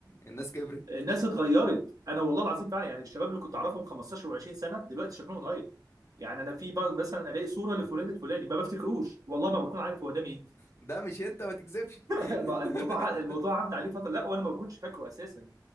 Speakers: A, on the left; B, on the right.
A: الناس كبرت
B: الناس اتغيرت انا والله العظيم فعلا يعني الشباب اللي كنت اعرفهم 15 و20 سنه دلوقتي شكلهم اتغير يعني انا في بعض مثلا الاقي صوره لفلان الفلاني ما بفتكروش والله ما بكون عارف هو ده مين
A: ده مش انت ما تكذبش
B: الم- الموضوع
A: <laughs> ده,
B: ع-
A: ده
B: الموضوع عدى عليه فتره لا وانا ما كنتش فاكره اساسا